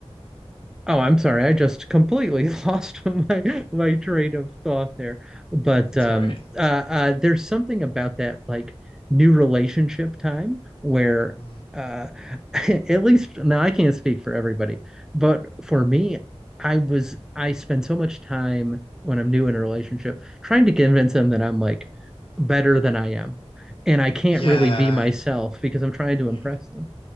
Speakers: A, in the centre; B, on the left (about 55°).
A: oh, I'm sorry. I just completely <laughs> lost my my train of thought there. But
B: It's
A: um
B: all right.
A: uh, uh there's something about that like new relationship time where
B: Mm.
A: uh <laughs> at least now I can't speak for everybody, but for me, I was I spend so much time when I'm new in a relationship trying to convince them that I'm like better than I am. And I can't
B: Yeah,
A: really be myself because I'm trying to impress
B: y-
A: them.